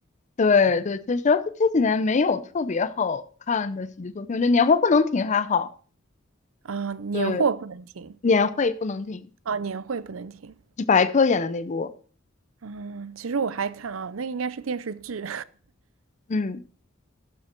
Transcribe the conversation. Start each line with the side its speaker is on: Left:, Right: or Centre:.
Left: 对对，确实而且这几年没有特别好看的喜剧作品，我觉得年会不能停还好，
Right: 啊，年货不能停
Left: 对，年会不能停，
Right: 啊，年会不能停。
Left: 是白客演的那部，
Right: 嗯，其实我还看啊，那应该是电视剧，
Left: 嗯